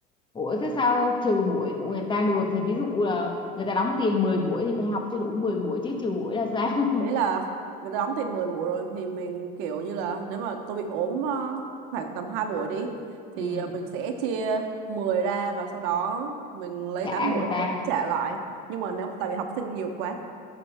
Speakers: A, on the left; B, on the right.
A: ủa thế sao trừ buổi của người ta được thì ví dụ là người ta đóng tiền 10 buổi thì phải học cho đủ 10 buổi chứ trừ buổi là sao <laughs>
B: ý là người ta đóng tiền 10 buổi rồi thì mình kiểu như là nếu mà tôi bị ốm ờ, khoảng tầm 2 buổi đi
A: ừ
B: thì ờ, mình sẽ chia 10 ra và sau đó mình lấy
A: trả
B: 8 buổi
A: người
B: thôi
A: ta
B: trả lại nhưng mà nếu tại vì học sinh nhiều quá